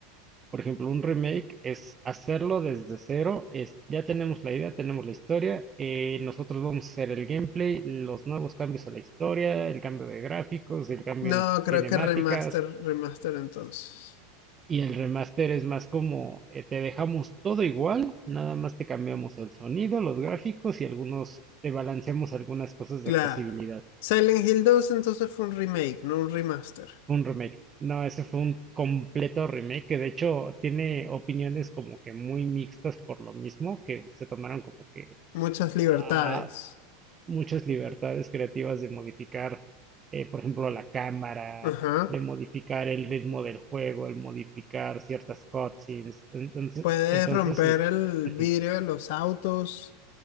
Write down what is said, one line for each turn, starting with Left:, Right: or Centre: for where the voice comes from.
Right: por ejemplo, un remake es hacerlo desde cero, es ya tenemos la idea, tenemos la historia, eh, nosotros vamos a hacer el gameplay, los nuevos cambios a la historia, el cambio de gráficos, el cambio
Left: No,
Right: en cinemáticas,
Left: creo que remaster, remaster entonces.
Right: Y el remaster es más como, eh, te dejamos todo igual, nada más te cambiamos el sonido, los gráficos y algunos, te balanceamos algunas cosas de
Left: Claro.
Right: accesibilidad.
Left: Silent Hill dos entonces fue un remake, no un remaster.
Right: Fue un remake. No, ese fue un completo remake que de hecho tiene opiniones como que muy mixtas por lo mismo, que se tomaron como que,
Left: Muchas libertades.
Right: ah, muchas libertades creativas de modificar, eh, por ejemplo, la cámara,
Left: Ajá.
Right: de modificar el ritmo del juego, el modificar ciertas cutscenes. Entonces,
Left: Puedes
Right: entonces
Left: romper
Right: este,
Left: el
Right: ujú,
Left: vidrio de los autos